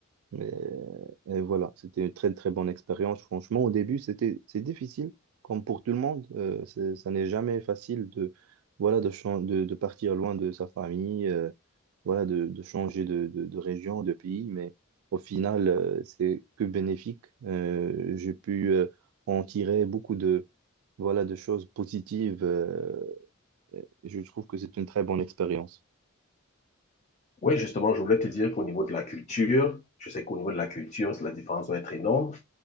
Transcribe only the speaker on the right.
Mais euh, et voilà, c'était une très très bonne expérience. Franchement, au début, c'était c'est difficile, comme pour tout le monde. Euh, c'est- ça n'est jamais facile de voilà de, chan- de, de partir loin de sa famille, euh, voilà de, de changer de, de, de région, de pays. Mais au final, euh, c'est que bénéfique. Euh, j'ai pu euh, en tirer beaucoup de voilà de choses positives. euh, et je trouve que c'est une très bonne expérience.